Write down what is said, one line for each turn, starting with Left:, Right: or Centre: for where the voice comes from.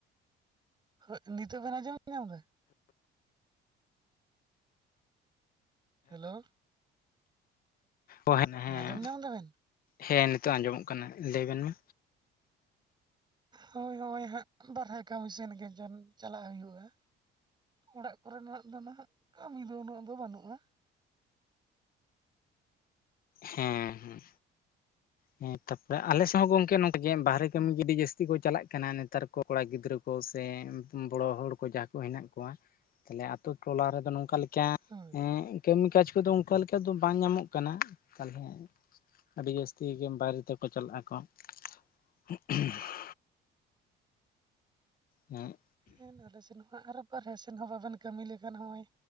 Right: ᱳᱭ ᱱᱤᱛᱚᱜ ᱵᱮᱱ ᱟᱸᱡᱚᱢ ᱧᱟᱢ ᱮᱫᱟ? ᱦᱮᱞᱳ
Left: ᱚ ᱦᱮ ᱦᱮᱸ
Right: ᱟᱸᱡᱚᱢ ᱧᱟᱢ ᱫᱟᱵᱮᱱ
Left: ᱦᱮᱸ ᱱᱤᱛᱚᱜ ᱟᱸᱡᱚᱢᱚᱜ ᱠᱟᱱᱟ ᱞᱟᱹᱭ ᱵᱮᱱ ᱢᱟ?
Right: ᱦᱳᱭ ᱦᱳᱭ ᱦᱟᱸᱜ ᱵᱟᱦᱨᱮ ᱠᱟᱹᱢᱤ ᱥᱮᱱ ᱜᱮ ᱡᱟᱹᱞ ᱪᱟᱞᱟᱜ ᱦᱩᱭᱩᱜᱼᱟ᱾ ᱚᱲᱟᱜ ᱠᱚᱨᱮ ᱱᱟᱦᱟᱸᱜ ᱫᱚ ᱱᱟᱦᱟᱸᱜ ᱠᱟᱹᱢᱤ ᱫᱚ ᱩᱱᱟᱹᱜ ᱫᱚ ᱵᱟᱹᱱᱩᱜᱼᱟ᱾
Left: ᱦᱮᱸ ᱦᱮᱸ ᱦᱮᱸ ᱛᱟᱯᱚᱨᱮ ᱟᱞᱮᱥᱮᱫ ᱦᱚᱸ ᱜᱚᱝᱠᱮ ᱱᱚᱝᱠᱟ ᱵᱟᱦᱨᱮ
Right: ᱦᱮᱸ
Left: ᱠᱟᱹᱢᱤ ᱡᱩᱫᱤ ᱡᱟᱹᱥ ᱛᱤ ᱠᱚ ᱪᱟᱞᱟᱜ ᱠᱟᱱᱟ ᱱᱮᱛᱟᱨ ᱠᱚ ᱠᱚᱲᱟ ᱜᱤᱫᱽᱨᱟᱹ ᱠᱚ ᱥᱮ ᱵᱚᱲᱚ ᱦᱚᱲ ᱠᱚ ᱡᱟᱦᱟᱸ ᱠᱚ ᱦᱮᱱᱟᱜ ᱠᱚᱣᱟ ᱛᱟᱦᱞᱮ ᱟᱹᱛᱩ ᱴᱚᱞᱟ ᱨᱮᱫᱚ ᱱᱚᱝᱠᱟ ᱞᱮᱠᱟ
Right: ᱦᱳᱭ
Left: ᱮᱸᱜ ᱠᱟᱹᱢᱤ ᱠᱟᱡᱽ ᱠᱚᱫᱚ ᱚᱱᱠᱟ ᱞᱮᱠᱟ ᱫᱚ ᱵᱟᱝ ᱧᱟᱢᱚᱜ ᱠᱟᱱᱟ᱾ ᱛᱟᱦᱚᱞᱮ ᱟᱹᱰᱤ ᱡᱟᱹᱥ ᱛᱤ ᱜᱮᱢ ᱵᱟᱭᱨᱮ ᱛᱮᱠᱚ ᱪᱟᱞᱟᱜ ᱟᱠᱚ <unintelligible> ᱦᱮᱸ
Right: ᱦᱮᱱ ᱟᱞᱮ ᱥᱮᱱ ᱦᱚᱸ ᱦᱟᱸᱜ ᱟᱨᱚ ᱵᱟᱦᱨᱮ ᱥᱮᱱ ᱦᱚᱸ ᱵᱟᱵᱮᱱ ᱠᱟᱹᱢᱤ ᱞᱮᱠᱷᱟᱱ ᱦᱚᱸᱜᱼᱚᱭ